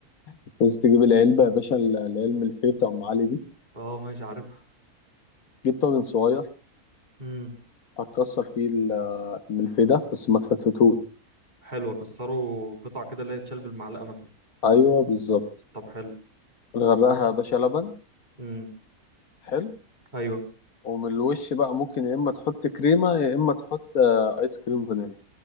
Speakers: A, on the left; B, on the right.
A: هتنزل تجيب العلبة يا باشا العلبة اللي فيه بتاع ام علي دي
B: اه ماشي عارفها
A: جيب طاجن صغير
B: امم
A: هتكسر فيه ال- الملفيه بس ما تفتفتهوش
B: حلو اكسره قطع كده اللي هي تشال بالمعلقه مثلا
A: ايوه بالظبط
B: طب حلو
A: نغرقها يا باشا لبن
B: امم
A: حلو
B: ايوه
A: ومن الوش بقى ممكن يا اما تحط كريمه يا اما تحط آه، ايس كريم فانيليا